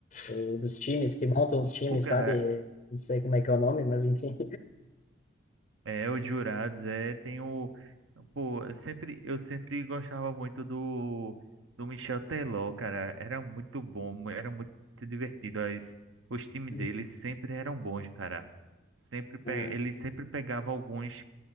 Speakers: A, on the left; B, on the right.
A: O dos times que montam os times,
B: Pô, cara,
A: sabe? Não sei como é que é o nome, mas enfim.
B: é, os jurados, é, tem o... Pô, eu sempre, eu sempre gostava muito do, do Michel Teló, cara. Era muito bom, era muito divertido. As, os times
A: <laughs>
B: dele sempre eram bons, cara. Sempre, pe-
A: Nossa.
B: ele sempre pegava alguns